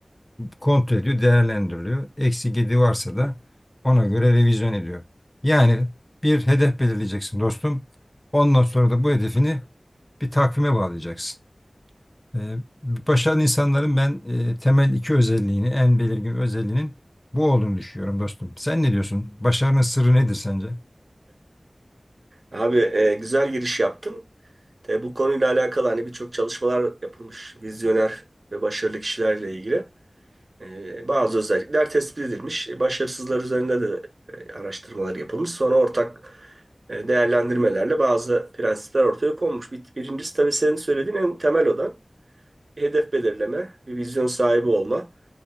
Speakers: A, on the left; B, on the right.
A: kontrol ediyor, değerlendiriliyor. Eksi gidi varsa da ona göre revizyon ediyor. Yani bir hedef belirleyeceksin dostum. Ondan sonra da bu hedefini bir takvime bağlayacaksın. Ee, Başarılı insanların ben e, temel iki özelliğini, en belirgin özelliğinin bu olduğunu düşünüyorum dostum. Sen ne diyorsun? Başarının sırrı nedir sence?
B: Abi e, güzel giriş yaptın. E, bu konuyla alakalı hani birçok çalışmalar yapılmış vizyoner ve başarılı kişilerle ilgili. E, bazı özellikler tespit edilmiş. E, başarısızlar üzerinde de e, araştırmalar yapılmış. Sonra ortak e, değerlendirmelerle bazı prensipler ortaya konmuş. Bir, birincisi tabii senin söylediğin en temel olan hedef belirleme, bir vizyon sahibi olma.